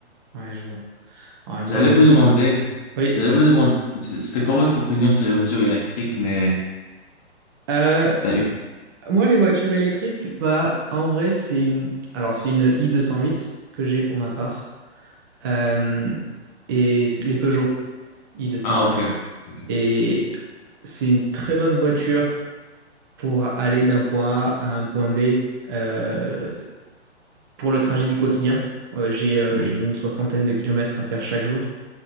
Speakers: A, on the right (about 20°); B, on the left (about 35°).
A: Ouais, je vois. En même
B: J'allais
A: temps, c'est...
B: vous
A: no,
B: demander,
A: Oui.
B: j'allais vous demander, c- c'était quoi votre opinion sur les voitures électriques, mais
A: Euh,
B: t'as eu...
A: moi, les voitures électriques, bah, en vrai, c'est une... Alors, c'est une i208 que j'ai pour ma part. Euh, et c'est les Peugeot i208.
B: Ah, ok. Ok. ok.
A: Et c'est une très bonne voiture pour aller d'un point A à un point B. Euh, pour le trajet du quotidien. Euh, j'ai euh,
B: Oui.
A: j'ai une soixantaine de kilomètres à faire chaque jour.